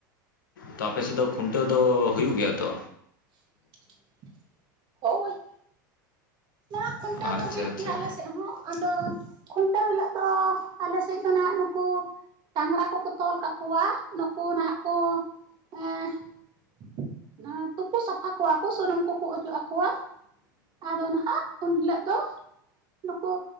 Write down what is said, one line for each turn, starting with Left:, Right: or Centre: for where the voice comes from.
Left: ᱛᱚ ᱟᱯᱮ ᱥᱮᱫ ᱫᱚ ᱠᱷᱩᱱᱴᱟᱹᱣ ᱫᱚ ᱦᱩᱭᱩᱜ ᱜᱮᱭᱟ ᱛᱚ
Right: <inaudible> ᱦᱳᱭ ᱱᱚᱣᱟ ᱠᱷᱩᱱᱴᱟᱹᱣ
Left: ᱟᱪᱪᱷᱟ
Right: ᱫᱚ ᱦᱩᱭᱩᱜ
Left: ᱟᱪᱪᱷᱟ
Right: ᱜᱮᱭᱟ ᱟᱞᱮ ᱥᱮᱫ ᱦᱚᱸ ᱟᱫᱚ ᱠᱷᱩᱱᱴᱟᱹᱣ ᱦᱤᱞᱳᱜ ᱫᱚ ᱟᱞᱮ ᱥᱮᱡ ᱫᱚ ᱱᱟᱜ ᱱᱩᱠᱩ ᱰᱟᱝᱨᱟ ᱠᱚᱠᱚ ᱛᱚᱞ ᱠᱟᱠᱚᱣᱟ ᱱᱩᱠᱩ ᱱᱟᱦᱟᱜ ᱠᱚ ᱮᱸ ᱮ ᱛᱩᱯᱩ ᱥᱟᱯᱷᱟ ᱠᱚᱣᱟ ᱠᱚ ᱥᱩᱱᱩᱢ ᱠᱚᱠᱚ ᱚᱡᱚᱜ ᱟᱠᱚᱣᱟ ᱟᱫᱚ ᱱᱟ ᱦᱟᱸᱜ ᱩᱱ ᱦᱤᱞᱳᱜ ᱫᱚ ᱱᱩᱠᱩ